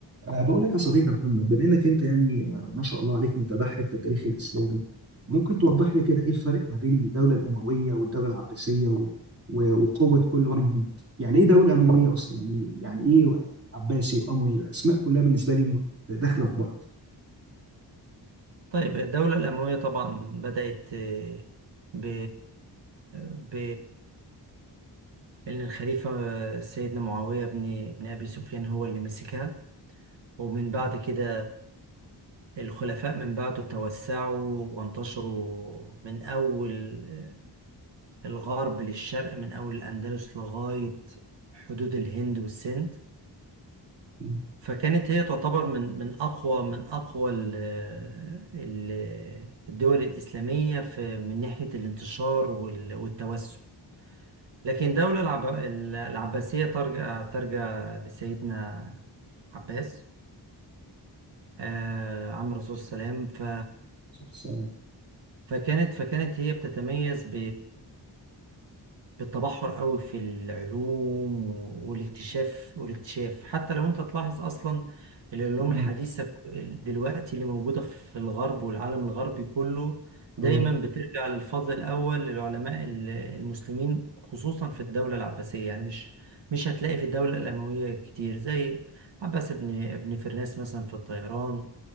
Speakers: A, on the right (about 30°); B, on the right (about 75°).
A: أه بقول لك يا صديقي محمد بما انك انت يعني آه، ما شاء الله عليك متبحر في التاريخ الاسلامي ممكن توضح لي كده ايه الفرق ما بين الدوله الامويه والدوله العباسيه و... و... وقوه كل واحد منهم يعني ايه دوله امويه اصلا يعني يعني ايه عباسي واموي الاسماء كلها بالنسبه لي مت- داخله في بعض
B: طيب الدولة الأموية طبعا بدأت آه، ب ب إن الخليفة آه، سيدنا معاوية بن بن أبي سفيان هو اللي مسكها ومن بعد
A: مم.
B: كده الخلفاء من بعده توسعوا وانتشروا من أول آه، الغرب للشرق من أول الأندلس لغاية حدود الهند والسند
A: مم.
B: فكانت هي تعتبر من من اقوى من اقوى ال- ال- الدول الاسلاميه في من ناحيه الانتشار وال- والتوسع لكن الدوله العب- العباسيه ترجع ترجع لسيدنا عباس آه، عم الرسول صلى الله عليه وسلم ف
A: السلام
B: فكانت فكانت هي بتتميز ب بالتبحر قوي في العلوم والاكتشاف والاكتشاف حتى لو انت تلاحظ اصلا العلوم
A: مم.
B: الحديثة دلوقتي اللي موجودة في الغرب والعالم الغربي كله دايما
A: اه
B: بترجع للفضل الأول للعلماء ال- المسلمين خصوصا في الدولة العباسية يعني مش مش هتلاقي في الدولة الأموية كتير زي عباس ابن ابن فرناس مثلا في الطيران